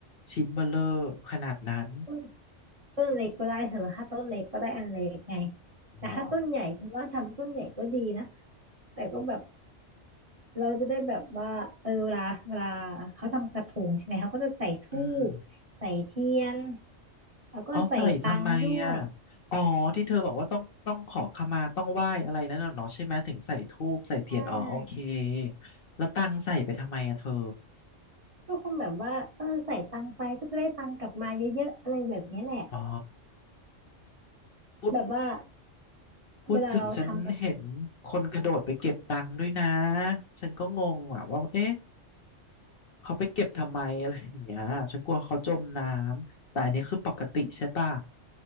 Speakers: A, on the left; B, on the right.
A: ชิ้นเบ้อเร่อขนาดนั้น
B: ๆต้นต้นเล็กก็ได้เถอะถ้าต้นเล็กก็ได้อันเล็กไงแต่ถ้าต้นใหญ่ฉันว่าทำต้นใหญ่ก็ดีนะ
A: เหรอ
B: แต่ก็แบบเราจะได้แบบว่าเออเวลาเวลาเขาทำกระทงใช่ไหมเขาก็จะใส่ธูปใส่เทียน
A: อืม
B: แล้วก็ใส่ตังค์ด้วย
A: เอาใส่ทำไมอ่ะอ๋อที่เธอบอกว่าต้องต้องขอขมาต้องไหว้อะไรนั่นน่ะเนาะใช่ไหมถึงใส่ธูปใส่เทียนอ๋อโอเค
B: ใช่
A: แล้วตังใส่ไปทำไมอ่ะเธอ
B: ก็คงแบบว่าเออใส่ตังค์ไปก็จะได้ตังค์กลับมาเยอะๆอะไรแบบนี้แหละ
A: อ๋อพูด
B: แบบว่า
A: พูดถึงฉันเห็นคนกระโดดไปเก็บตังค์ด้วยนะ
B: เวลาเราทำกระ
A: ฉันก็งงว่ะว่าเอ๊ะ เขาไปเก็บทำไมอะไรอย่างเงี้ยฉันกลัวเขาจมน้ำแต่อันนี้คือปกติใช่ป่ะ